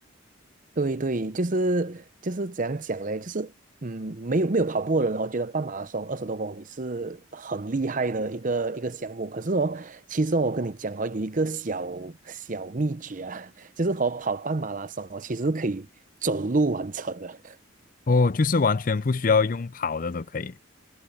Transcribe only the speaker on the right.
对对，就是就是怎样讲嘞，就是嗯，没有没有跑步的人我觉得半马拉松二十多公里是很厉害的一个一个项目。可是哦，其实哦我跟你讲哦，有一个小小秘诀啊，<laughs> 就是和跑半马拉松哦，其实是可以走路完成的。